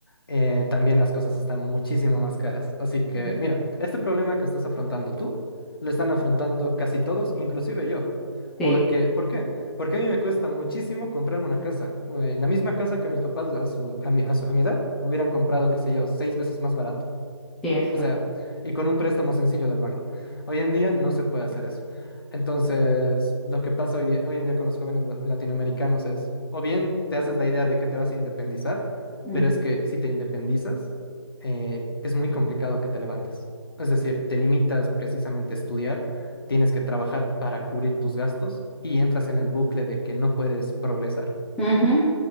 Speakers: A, on the left; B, in the centre.
A: Eh, también las cosas están muchísimo más caras. Así que,
B: mm,
A: mira, este problema que estás afrontando tú, lo están afrontando casi todos, inclusive yo.
B: Sí,
A: Porque, ¿por qué? Porque a mí me cuesta muchísimo comprar una casa. eh, la misma casa que mis papás a su, a mi, a su- a mi edad hubieran comprado, qué sé yo, seis veces más barato.
B: cierto.
A: O sea, y con un préstamo sencillo del banco. Hoy en día no se puede hacer eso. Entonces, lo que pasa hoy, día- hoy en día con los jóvenes la- latinoamericanos es, o bien te haces la idea de que te vas a independizar,
B: mm,
A: pero es que si te independizas, eh, es muy complicado que te levantes. Es decir, te limitas precisamente a estudiar, tienes que trabajar para cubrir tus gastos y entras en el bucle de que no puedes progresar.
B: ujú,